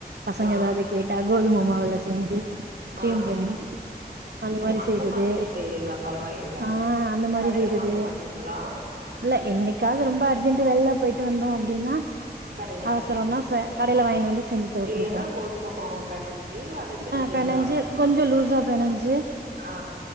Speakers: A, on the right; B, on the right.
A: பசங்க
B: ஆ
A: எதாவது கேட்டா கோதுமை மாவுல செ ஞ்சு. ஸ்டிரீம்
B: ஆ
A: பண்ணி. அந்த
B: ஓ
A: மாரி செய்யறது.
B: மாதிரி செய்றீங்களா பரவாயில்ல
A: ஆஹ் அந்த மாரி
B: கடையில
A: செய்யறது.
B: வாங்க மாட்டீங்களா
A: இல்ல என்னைக்காவது ரொம்ப அர்ஜென்ட் வெளில்ல போயிட்டு வந்தோம். அப்படின்னா.
B: கடையில வாங்கிக்கிருவீங்க
A: அவசரம்னா ச கடையில வாங்கினு வந்து செஞ்சு த
B: இல்லன்னா
A: கொடுப்போம்.
B: கோதும மாவ பெனஞ்சி அத சின்ன
A: அஹ்
B: சின்னதா
A: பனஞ்சு கொஞ்சம் லூஸா பனஞ்சு
B: ஆ